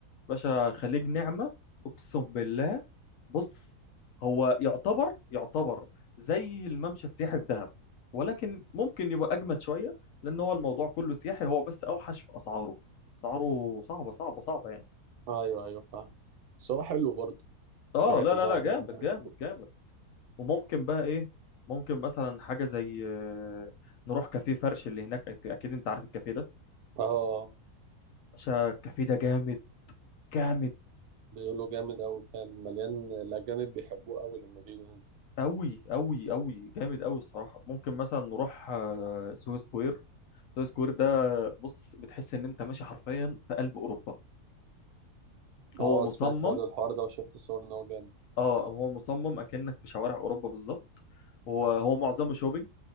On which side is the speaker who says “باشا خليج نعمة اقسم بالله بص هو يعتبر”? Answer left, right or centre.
Left